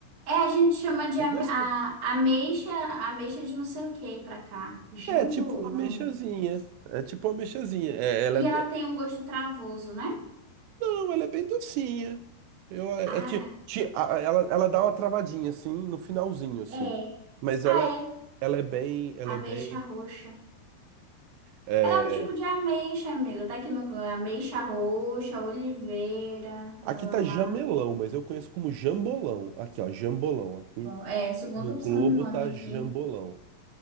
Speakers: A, on the right (about 60°); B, on the right (about 85°).
A: É, a gente chama de
B: É
A: am-
B: gostoso.
A: a, ameixa, ameixa de não sei o que pra cá. Jambolão.
B: É tipo uma ameixazinha. É tipo uma ameixazinha. É, ela,
A: E ela tem um gosto travoso, né?
B: Não, ela é bem docinha. Eu, é,
A: Ah,
B: é ti- ti- a- a- ela, ela dá uma travadinha, assim, no finalzinho, assim.
A: é.
B: Mas
A: Ah,
B: ela,
A: é.
B: ela é bem, ela é
A: Ameixa
B: bem...
A: roxa.
B: é,
A: Ela é um tipo de ameixa, amigo. Tá aqui no Google. ameixa roxa, oliveira,
B: Aqui
A: lá, lá,
B: tá
A: lá.
B: jamelão, mas eu conheço como jambolão. Aqui, ó, jambolão. Aqui
A: É, segunda
B: no
A: opção
B: Globo
A: de nome
B: tá
A: aqui.
B: jambolão.